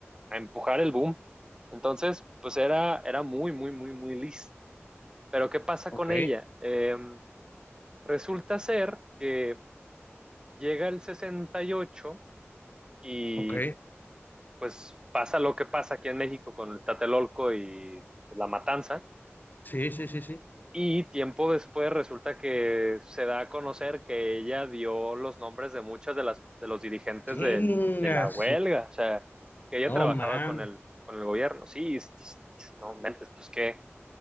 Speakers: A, on the right; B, on the left.
A: a empujar el boom. Entonces, pues era, era muy, muy, muy, muy lista. Pero ¿qué pasa
B: ok,
A: con ella? Eh, resulta ser que llega el sesenta y ocho y
B: ok.
A: pues pasa lo que pasa aquí en México con el Tatelolco y la matanza.
B: Sí, sí, sí, sí.
A: Y tiempo después resulta que se da a conocer que ella dio los nombres de muchas de las de los dirigentes
B: Chingas.
A: del- de la huelga, o sea, que ella
B: No
A: trabajaba
B: mames.
A: con el con el gobierno. Sí, es- es- es- no mentes, pues qué